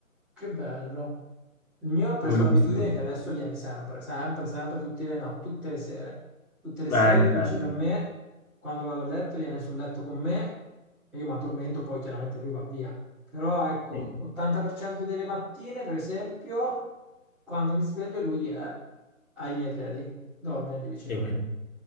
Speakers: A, in the centre; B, on the left.
A: che bello. Il mio ha preso
B: Un
A: l'abitudine
B: giusto.
A: che adesso viene sempre, sempre, sempre, tutte le no, tutte le sere. Tutte le sere
B: Eh, che
A: vicino
B: bello.
A: a me, quando vado a letto, viene sul letto con me e io mi addormento, poi chiaramente lui va via. Però ecco,
B: Sì.
A: 80% delle mattine, per esempio, quando mi sveglio lui è ai miei piedi, dorme lì vicino
B: Eh.
A: a me.